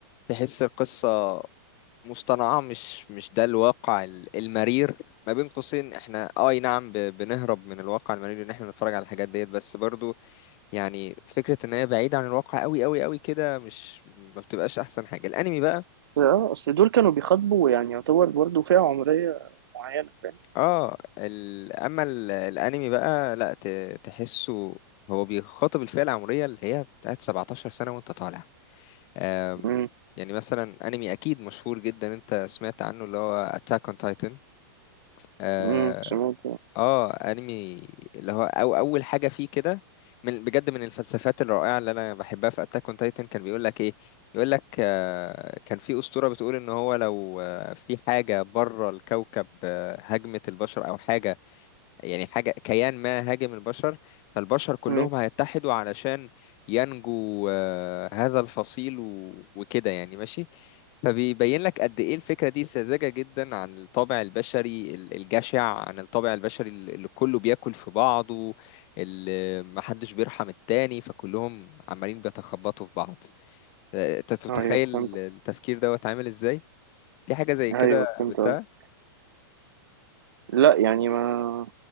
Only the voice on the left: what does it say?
تحس القصة مصطنعة مش مش ده الواقع ال- المرير ما بين قوسين احنا آه، اي نعم ب- بنهرب من الواقع المرير ان احنا نتفرج على الحاجات ديت بس برضو يعني فكرة ان هي بعيدة عن الواقع قوي قوي قوي كده مش ما بتبقاش احسن حاجة الانمي بقى
اه ال... اما ال... الانمي بقى لا ت... تحسه هو بيخاطب الفئة العمرية اللي هي بتاعت 17 سنة وانت طالع أم...
يعني مثلا انمي اكيد مشهور جدا انت سمعت عنه اللي هو Attack on Titan اه,
آه انمي اللي هو أو اول حاجة فيه كده من بجد من الفلسفات الرائعة اللي انا بحبها في Attack on Titan كان بيقول لك ايه يقول لك آه كان في أسطورة بتقول ان هو لو آه، في حاجة بره الكوكب آه، هاجمت البشر او حاجة يعني حاجة كيان ما هاجم البشر فالبشر كلهم
هيتحدوا علشان ينجو آه، هذا الفصيل و- وكده يعني ماشي فبيبين لك قد ايه الفكرة دي ساذجة جدا عن الطابع البشري ال- الجشع عن الطابع البشري ال- اللي كله بياكل في بعضه اللي محدش بيرحم التاني فكلهم عمالين بيتخبطوا في بعض آه، انت تتخيل
التفكير دوت عامل ازاي في حاجة زي كده
قابلتها